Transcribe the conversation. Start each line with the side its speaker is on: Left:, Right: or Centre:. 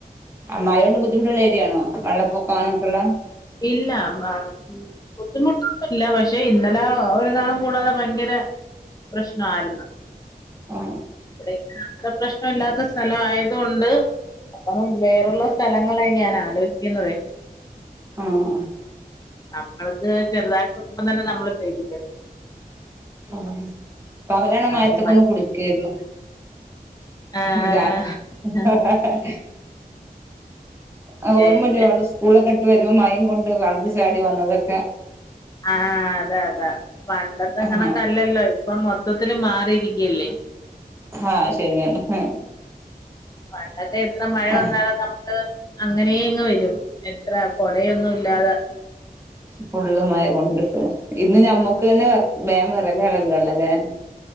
Right: മയോണ്ട് ബുദ്ധിമുട്ട്ള്ള ഏരിയാണോ വെള്ളപ്പൊ പാനൊക്കെള്ളേ
Left: ഇല്ലാ ബാ <inaudible> ബുദ്ധിമുട്ടൊന്നുല്ല പക്ഷെ ഇന്നലാ ഒരുനാളും കൂടാതെ ഭയങ്കര പ്രശ്നായിര്ന്ന്
Right: ആ
Left: വിടെ ഇവടെ പ്രശ്നല്ലാത്ത സ്ഥലംവായത് കൊണ്ട് <unintelligible> ഇള്ള സ്ഥലങ്ങളെ ഞാൻ ആലോയിക്കുന്നതേ
Right: ആഹ് ആഹ്
Left: നമ്മൾക്ക് ചെറ്തായിട്ടൊപ്പം തന്നെ നമ്മള് പേടി
Right: ഉം പവലാണൊ മയത്ത്ക്കാെന്ന്
Left: അപ്പം മ
Right: കുളിക്കേര്ന്നു
Left: ആഹ്
Right: ഉം രാത്രി ഉം ഹ ഹ ഹ ആഹ് ഓർമ്മണ്ട്
Left: എന്നെ
Right: പണ്ട് സ്കൂളൊക്കെട്ട് വെരുമ്പാെ മയിം യിംകൊണ്ട് വള്ളത്ത് ചാടി വന്നതൊക്കെ
Left: ആഹ് അതാ അതാ പണ്ടത്തെ
Right: ആ
Left: കണക്കല്ലല്ലോ ഇപ്പം മൊത്തത്തില് മാറിയിരിക്കല്ലേ
Right: ആഹ് ശരിയാണ് ഹാ
Left: പണ്ടൊക്കെ എത്ര മഴ
Right: ആ
Left: വന്നാലും നമ്മക്ക് അങ്ങനേ യങ്ങ് വരും എത്ര കൊടയൊന്നും ഇല്ലാത
Right: ഫുള്ളും മയ കൊണ്ടിട്ട് ഇന്ന് ഞമ്മക്ക് തന്നെ വേം <unintelligible> അല്ലലേ